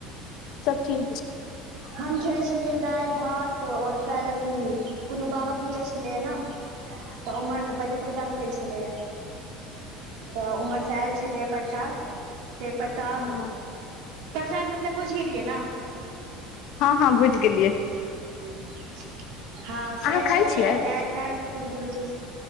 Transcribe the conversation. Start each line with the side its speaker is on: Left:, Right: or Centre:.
Left: सब ठीक छ।
Right: हम खेने छलियै दाएल भात और काइल अथी। कोनो बाबा पूजा छलैए नहि तऽ उम्हर बलि प्रदान भेल छलैए। तऽ उम्हर सँ आएल छलै प्रसाद। सऽ प्रसाद
Left: हँ
Right: प्रसाद मतलब बुझ गेलियै नहि। <unintelligible>
Left: हँ हँ बुझि गेलियै
Right: ह सएह
Left: अहाँ खाइ
Right: छलैए
Left: छियै
Right: दाएल भात कुंडुलूकी